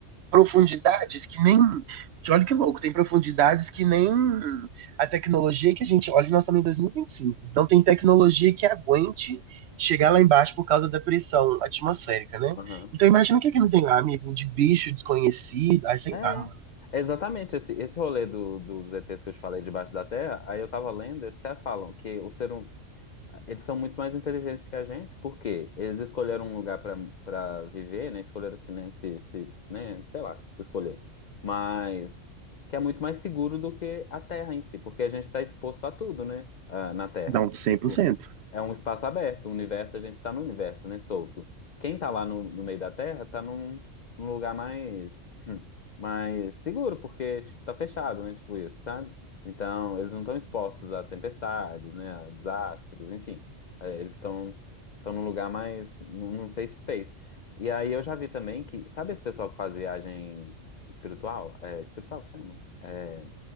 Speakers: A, on the right; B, on the left.
A: profundidades que nem. Que olha que louco, tem profundidades que nem a tecnologia que a gente olha, nós estamos em dois mil e e vinte e cinco Então tem tecnologia que aguente chegar lá embaixo por causa da pressão atmosférica, né?
B: Aham.
A: Então imagina o que é que não tem lá, amigo, de bicho desconhecido. Ai, sei
B: É.
A: lá, mano.
B: É Exatamente, esse, esse rolê do, dos ETs que eu te falei debaixo da terra, aí eu tava lendo, eles até falam que o ser, hum- Eles são muito mais inteligentes que a gente, porque eles escolheram um lugar para para viver, né? Escolheram assim, né? Se, se, né? Sei lá, se escolher. Mas que é muito mais seguro do que a Terra em si, porque a gente está exposto a tudo, né? Ah, na Terra.
A: Não, cem
B: Tipo,
A: por cento
B: é um espaço aberto, o universo, a gente está no universo, né? Solto. Quem tá lá no, no meio da Terra tá num, num lugar mais, <clears throat> mais seguro, porque, tipo, tá fechado, né? Tipo isso, sabe? Então, eles não estão expostos a tempestades, né, a desastres, enfim. É, Eles estão estão num lugar mais, num num safe space. E aí eu já vi também que, sabe esse pessoal que faz viagem espiritual? É, espiritual que chama? É,